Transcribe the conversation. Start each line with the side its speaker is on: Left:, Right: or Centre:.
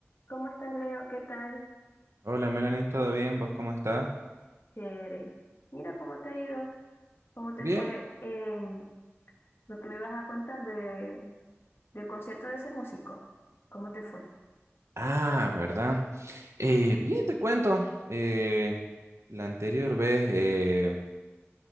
Left: ¿Cómo estás, Leo? ¿Qué tal?
Right: Hola Melanie, ¿todo bien? ¿Vos cómo estás?
Left: Chévere. Mira cómo te ha ido, cómo te
Right: Bien.
Left: fue em, lo que me ibas a contar de, del concierto de ese músico. ¿Cómo te fue?
Right: Ah, ¿verdad? Eh, bien, te cuento. eh, la anterior vez eh,